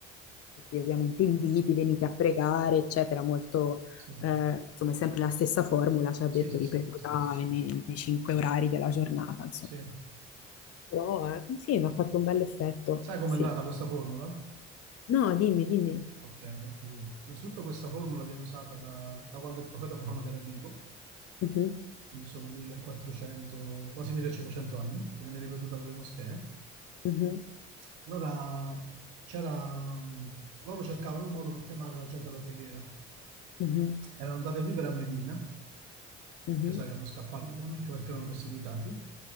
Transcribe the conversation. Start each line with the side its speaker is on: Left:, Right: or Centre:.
Left: tutti ovviamente inviti, venite a pregare, eccetera, molto,
Right: sì,
Left: eh, insomma, è sempre la stessa formula, ci ha
Right: sì,
Left: detto
Right: sì,
Left: ripetuta
Right: sì, sembra lo stesso, sì.
Left: nei, nei cinque orari della giornata,
Right: Sì.
Left: però, eh, sì, mi ha fatto un bel effetto,
Right: Sai com'è
Left: sì.
Right: nata questa formula?
Left: No, dimmi, dimmi.
Right: Ok, ora ti dico. Innanzitutto questa formula viene usata da, da quando il profeta Muhammad era vivo,
Left: Mhm,
Right: quindi sono 1400, quasi 1500 anni, che viene ripetuta dalle moschee.
Left: mhm,
Right: Allora c'era, mh, loro cercavano un modo per chiamare la gente alla preghiera.
Left: mhm,
Right: Erano andati a vivere a Medina,
Left: mhm,
Right: che sai che erano scappati dalla Mecca perché erano perseguitati,